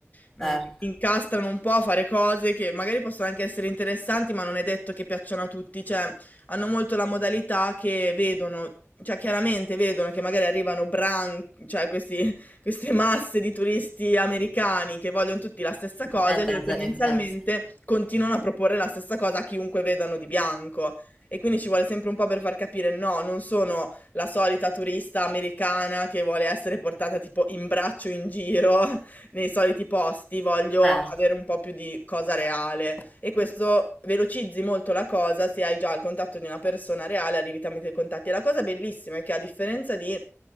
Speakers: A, on the left; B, in the centre.
A: mh,
B: certo.
A: incastrano un po' a fare cose che magari possono anche essere interessanti, ma non è detto che piacciono a tutti. Cioè, hanno molto la modalità che vedono, cioè chiaramente vedono che magari arrivano bran, cioè questi- <laughs> queste masse di turisti americani che vogliono tutti la stessa cosa
B: Ovviamente
A: e loro
B: alzano
A: tendenzialmente
B: i prezzi,
A: continuano a proporre la stessa cosa a chiunque vedano di bianco e quindi ci vuole sempre un po' per far capire no, non sono la solita turista americana che vuole essere portata tipo in braccio in giro <laughs> nei soliti posti, voglio
B: certo,
A: avere un po' più di cosa reale e questo velocizzi molto la cosa se hai già il contatto di una persona reale, arrivi tramite i contatti. E la cosa bellissima è che a differenza di,